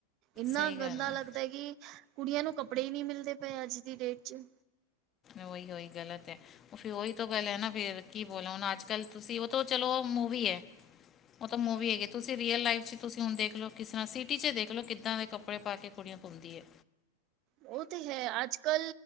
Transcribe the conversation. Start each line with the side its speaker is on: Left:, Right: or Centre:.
Right: ਇੰਨਾ
Left: ਸਹੀ ਗੱਲ
Right: ਗੰਦਾ
Left: ਹੈ
Right: ਲੱਗਦਾ ਐ ਕਿ, ਕੁੜੀਆਂ ਨੂੰ ਕੱਪੜੇ ਈ ਨੀ ਮਿਲਦੇ ਪਏ ਅੱਜ ਦੀ ਡੇਟ 'ਚ।
Left: ਓਹੀ ਓਹੀ ਗ਼ਲਤ ਐ। ਫੇਰ ਓਹੀ ਤੋ ਗੱਲ ਏ ਨਾ ਫੇਰ ਕੀ ਬੋਲਾ ਹੁਣ ਅੱਜ ਕੱਲ ਤੁਸੀਂ ਉਹ ਤਾਂ ਚਲੋ ਮੂਵੀ ਐ। ਓ ਤਾਂ ਮੂਵੀ ਹੈਗੀ ਤੁਸੀ ਰੀਅਲ ਲਾਈਫ ਚ ਤੁਸੀ ਹੁਣ ਦੇਖਲੋ ਕਿਸ ਤਰ੍ਹਾਂ ਸਿਟੀ ਚ ਦੇਖ ਲੋ ਕਿੱਦਾਂ ਦੇ ਕੱਪੜੇ ਪਾ ਕੇ ਕੁੜੀਆਂ ਘੁਮਦੀ ਐ।
Right: ਉਹ ਤੇ ਹੈ ਅੱਜ ਕਲ